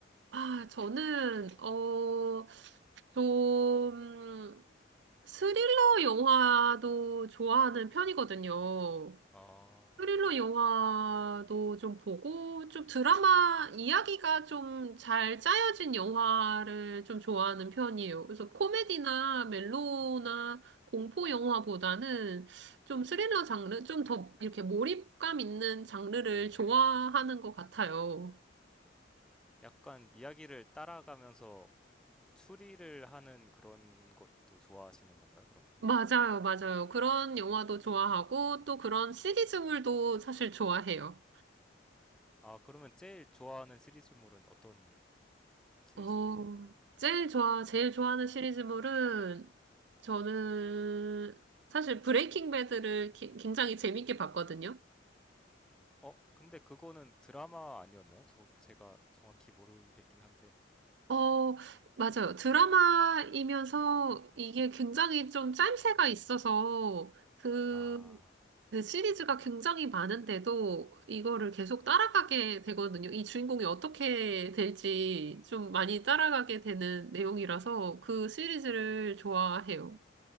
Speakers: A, on the right; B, in the centre.
A: 아, 저는, 어, 좀, 스릴러 영화도 좋아하는 편이거든요.
B: 아,
A: 스릴러 영화도 좀 보고, 좀 드라마 이야기가 좀 잘 짜여진 영화를 좀 좋아하는 편이에요. 그래서 코미디나 멜로나 공포 영화보다는 좀 스릴러 장르, 좀 더 이렇게 몰입감 있는 장르를
B: 음.
A: 좋아하는 것 같아요.
B: 약간 이야기를 따라가면서 뭐 추리를 하는 그런 것도 좋아하시는 건가요, 그럼?
A: 맞아요, 맞아요. 그런 영화도 좋아하고 또 그런 시리즈물도 사실 좋아해요.
B: 아, 그러면 제일 좋아하는 시리즈물은 어떤 시리즈물이에요?
A: 어, 제일 좋아, 제일 좋아하는 시리즈물은 저는 사실 브레이킹 배드를 기- 굉장히 재밌게 봤거든요.
B: 어, 근데 그거는 드라마 아니었나요? 저, 제가 정확히 모르겠긴 한데.
A: 어, 맞아요. 드라마이면서 이게 굉장히 좀 짜임새가 있어서 그,
B: 아,
A: 그 시리즈가 굉장히 많은데도 이거를 계속 따라가게 되거든요. 이 주인공이 어떻게 될지 좀 많이 따라가게 되는 내용이라서 그 시리즈를 좋아해요.